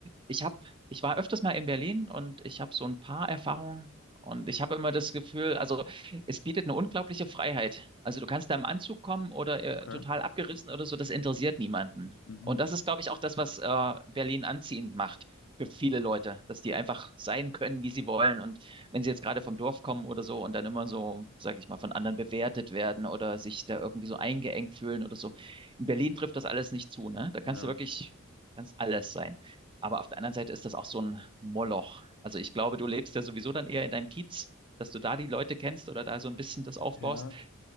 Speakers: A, on the right (about 25°); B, on the left (about 60°).
A: ich habe, ich war öfters mal in Berlin und ich habe so ein paar Erfahrungen und ich habe immer das Gefühl, also es bietet eine unglaubliche Freiheit. Also du kannst da im Anzug kommen oder äh,
B: okay.
A: total abgerissen oder so, das interessiert niemanden.
B: Mhm.
A: Und das ist, glaube ich, auch das, was äh, Berlin anziehend macht für viele Leute, dass die einfach sein können, wie sie wollen. Und wenn sie jetzt gerade vom Dorf kommen oder so und dann immer so, sage ich mal, von anderen bewertet werden oder sich da irgendwie so eingeengt fühlen oder so. In Berlin trifft das alles nicht zu, ne? Da kannst
B: Ja.
A: du wirklich, kannst alles sein. Aber auf der anderen Seite ist das auch so ein Moloch. Also ich glaube, du lebst ja sowieso dann eher in deinem Kiez, dass du da die Leute kennst oder da so ein bisschen das aufbaust.
B: Ja.